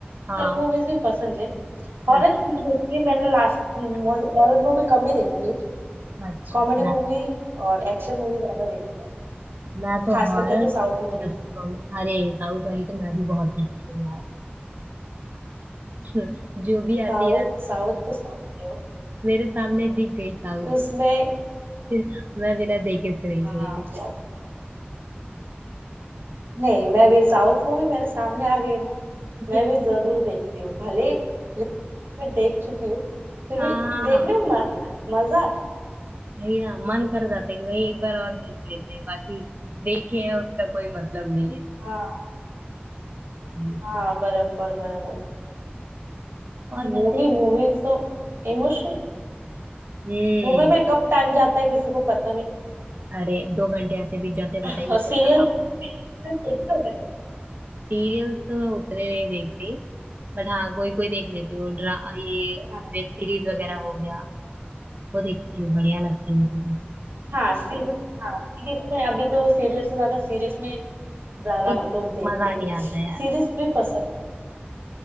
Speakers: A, on the right; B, on the right.
A: हाँ
B: सब मूवीज भी पसंद है हॉरर
A: अ-
B: मोस्टली मैंने लास्ट हॉरर मूवी कम ही देखती हूँ
A: अच्छा
B: कॉमेडी
A: मैं
B: मूवी और एक्शन मूवी ज्यादा देखती हूँ
A: मैं तो
B: खास
A: हॉरर
B: करके तो
A: प्लस
B: साउथ मूवी
A: कॉमेडी अरे साउथ वाली तो मैं भी बहुत देखती हूँ यार <laughs> जो भी आती
B: साउथ
A: है ना
B: साउथ तो साउथ है वो।
A: मेरे सामने दिख गई साउथ
B: उसमें
A: <laughs> फिर मैं बिना देखे उसको नहीं
B: हाँ
A: छोड़ती फिर
B: नहीं मैं भी साउथ मूवी मेरे सामने आ गई ना
A: <laughs>
B: मैं भी जरूर देखती हूँ भले रिपीट पे देख चुकी हूँ फिर
A: हाँ
B: भी देखने में मत, मजा
A: भैया मन कर जाता है कि भाई एक बार और देख लेते हैं बाकी देखे हैं उसका कोई मतलब नहीं है
B: हाँ
A: ये
B: हाँ
A: तो।
B: बराबर बराबर
A: और
B: मूवी
A: वैसे
B: मूवीज तो इमोशनल
A: हम्म
B: मूवी में कब टाइम जाता है किसी को पता भी
A: अरे दो घंटे ऐसे बीत जाते हैं,
B: नहीं
A: पता ही नहीं
B: और सीरियल
A: चलता कब
B: सीरीज में देखते हो ना
A: सीरियल्स तो मैं उतने नहीं देखती बट हाँ कोई कोई देख लेती हूँ ड्रा ये
B: हाँ
A: वेब सीरीज वगैरह हो गया वो देखती हूँ बढ़िया लगती है मुझे
B: हाँ सीरीज हाँ सीरीज में अभी तो सीरियल से ज्यादा सीरीज में ज्यादा
A: वो
B: लोग देखते
A: मजा
B: हैं
A: नहीं आता यार
B: सीरीज भी पसंद